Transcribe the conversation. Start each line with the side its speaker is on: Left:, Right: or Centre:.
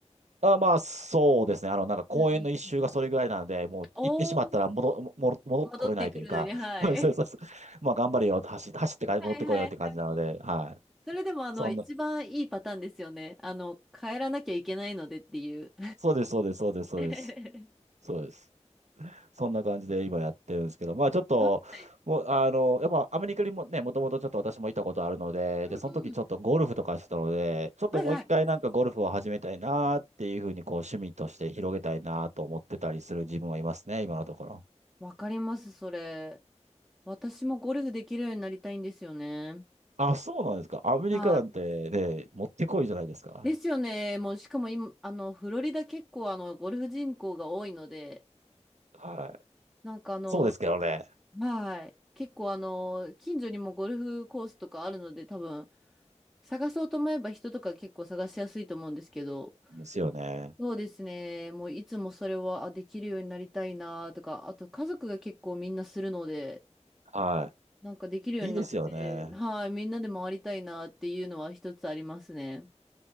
Right: あ、まあ、そうですね。あの、なんか公園の一周がそれぐらいなので、
Centre: うんうん。
Right: もう行ってしまったら戻、
Centre: おー、
Right: 戻、戻ってこれないというか、
Centre: 戻ってくるのに、はい。
Right: <laughs> そうそうそう。まあ、頑張れよ、走って、走ってから戻ってこいよって感じなので、
Centre: はいはいはいはい。
Right: はい。
Centre: それでもあの一番いいパターンですよね。
Right: そんな、
Centre: あの帰らなきゃいけないのでっていう。
Right: そうです、そうです、そうです、そうです。
Centre: <laughs>
Right: そうです。そんな感じで今やってるんですけど、まあ、ちょっと、
Centre: あ
Right: もう、あの、やっぱアメリカにもね、もともとちょっと私もいたことあるので、で、
Centre: うんうん。
Right: その時ちょっとゴルフとかしてたので、ちょっともう一回なんかゴルフを始めたいなっていうふうに、
Centre: はいはい。
Right: こう、趣味として広げたいなと思ってたりする自分はいますね、今のところ。
Centre: わかります、それ。私もゴルフできるようになりたいんですよね。
Right: あ、そうなんですか。アメリカなんてね、
Centre: はい。
Right: 持ってこいじゃないですか。
Centre: ですよね。もう、しかも今、あの、フロリダ結構、あの、ゴルフ人口が多いので、
Right: はい。
Centre: なんかあの、
Right: そうですけどね。
Centre: はい。結構、あの、近所にもゴルフコースとかあるので、多分、探そうと思えば人とか結構探しやすいと思うんですけど、
Right: ですよね。
Centre: そうですね。もういつもそれは、あ、できるようになりたいなとか、あと家族が結構みんなするので、
Right: は
Centre: なんかできるようになって、
Right: い。いいですよね。
Centre: はい、みんなで回りたいなっていうのは一つありますね。